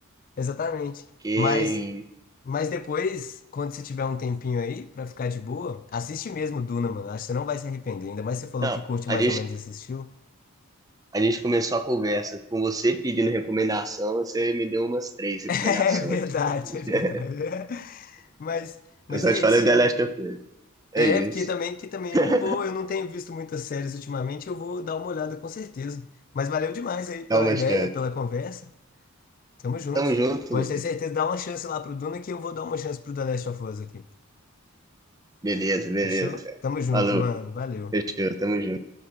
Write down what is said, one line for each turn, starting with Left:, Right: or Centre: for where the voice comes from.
Left: exatamente.
Right: Que...
Left: Mas, mas depois, quando você tiver um tempinho aí para ficar de boa, assiste mesmo Duna, mano. Acho que você não vai se arrepender. Ainda mais você falou
Right: Não,
Left: que curte
Right: a
Left: mais
Right: gente,
Left: ou menos esse estilo. <laughs>
Right: a gente começou a conversa com você pedindo recomendação, você me deu umas três recomendações
Left: É verdade,
Right: aqui.
Left: é verdade.
Right: <laughs>
Left: <laughs> Mas, mas
Right: Eu só
Left: é
Right: te
Left: isso.
Right: falei The Last of Us.
Left: É,
Right: É isso.
Left: porque também, que também
Right: <laughs>
Left: é uma boa. Eu não tenho visto muitas séries ultimamente, eu vou dar uma olhada com certeza. Mas valeu demais aí pela
Right: Dá uma
Left: ideia,
Right: chance.
Left: pela conversa. Tamo junto.
Right: Tamo junto,
Left: Pode
Right: Lucas.
Left: ter certeza, dá uma chance lá pro Duna que eu vou dar uma chance pro The Last of Us aqui.
Right: Beleza, beleza,
Left: Fechou?
Right: cara.
Left: Tamo junto,
Right: Falou,
Left: mano. Valeu.
Right: fechou, tamo junto.